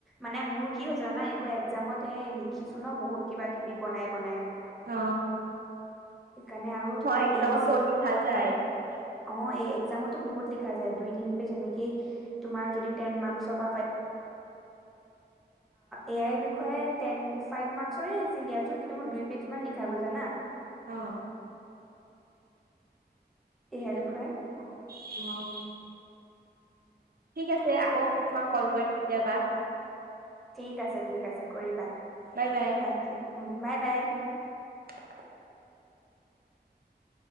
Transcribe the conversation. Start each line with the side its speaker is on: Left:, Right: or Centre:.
Centre: মানে মোৰ কি হৈছে হৈছে জানা এইবোৰ একজামতে লিখি। ছো ন বহুত কিবা কিবি বনাই বনাই।
Right: অ।
Centre: সেইকাৰণে আৰু
Right: হয়
Centre: তোমাৰ
Right: একদমত
Centre: এই চি
Right: বহুত লিখা যায়। <unintelligible>
Centre: অ এই একজামতো বহুত লিখা যায় দুই তিনি পেজ এনেকেই তোমাৰ যদি টেন মাৰ্কসৰ বাভ। এ আইৰ বিষয়ে টেন ফাইভ মাৰ্কৰে আহিছিল দিয়াচোন কিন্তু মই। কিছুমান লিখা গ'ল জানা।
Right: অ। ঠিক
Centre: এ আইৰ বিষয়ে
Right: আছে অ। ঠিক আছে আকৌ তোমাক কল
Centre: দিয়া
Right: কৰিম কেতিয়াবা।
Centre: ঠিক আছে ঠিক আছে কৰিবা
Right: বাই বাই
Centre: অকে উম বাই বাই।
Right: <inaudible>